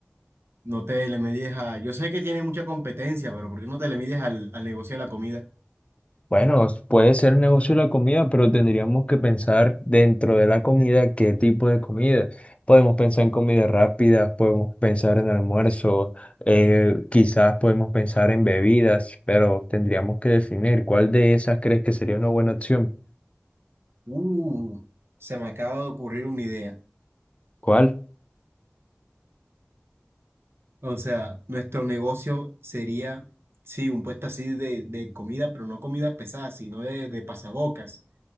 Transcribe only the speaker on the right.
no te le mides a... Yo sé que tiene mucha competencia, pero ¿por qué no te le mides al, al negocio de la comida?
Uh, se me acaba de ocurrir una idea.
O sea, nuestro negocio sería, sí, un puesto así de, de comida, pero no comida pesada, sino de, de pasabocas.